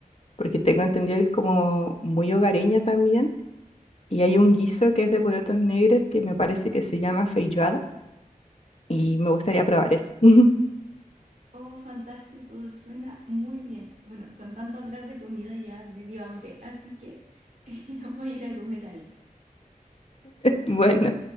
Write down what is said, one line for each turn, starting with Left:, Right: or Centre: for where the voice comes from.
Left: porque tengo entendido que es como muy hogareña también Y hay un guiso que es de porotos negros que me parece que se llama feijoada y me gustaría probar ese. <laughs>
Right: Oh, fantástico, suena muy bien. Bueno, con tanto hablar de comida ya me dio hambre, así que <laughs> voy a ir a comer algo.
Left: Bueno.